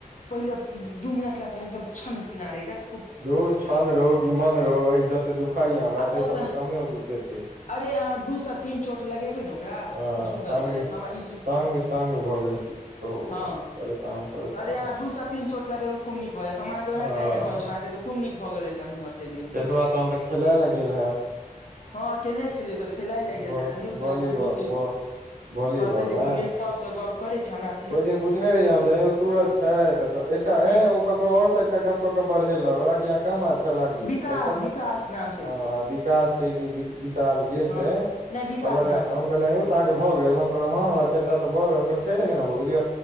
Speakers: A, on the left; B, on the right.
A: पहिले दू मिनट लेता है एकदम छन सीना रहै जात
B: रो छन रहौ किमन रहौ एहि जते दुखइया हमरा
A: आ
B: ताहिसँ
A: ओ से
B: तऽ कमे दुख हेतै
A: अरे अहाँ दू से तीन चोट लगेबे ने ओकरा
B: ह
A: खूब सुन्दर
B: तग
A: भऽ जायत हमरा ई चीज
B: ताग तंग भऽ गेल छी की कहू
A: हँ
B: परेशान परेशान
A: अरे यहा
B: छी
A: दू सॅं तीन चोट लगेबे खूब नीक भऽ जैत हम अहाँ के उहे
B: हँ
A: टाइम मे कहि छलु खुब निक है गेल रहता मुंह अते निक
B: केशवा तहन तऽ खेलाय लए गेल हैत
A: हँ केयने छलियै तो खेला लए गेल
B: ब
A: छै तऽ नहि उठेलक
B: वॉलीबॉल
A: तऽ हम बुझ
B: ब वॉलीबॉल
A: कहते जे
B: ने
A: गुंजेश सबसँ गप करै छै हमरा
B: ओहि दिन पुछने रहियै हम जे यौ सूरज छै तऽ एकटा
A: हूँ
B: ककरो ओरसँ एकटा गप कऽ केऽ बढ़ेलक ओक कि अहाँ कम अऽ चल बुझित
A: विकास
B: छिय करा
A: विकास नाम छै
B: हॅं विकास छै कि विशाल जे
A: हँ
B: छै
A: नहि विकास
B: कहलक
A: नाम
B: हम
A: छै
B: कहल यो भऽ गेल हम कहलू हॅं चारिटा तऽ भ गेल केना भऽ गेल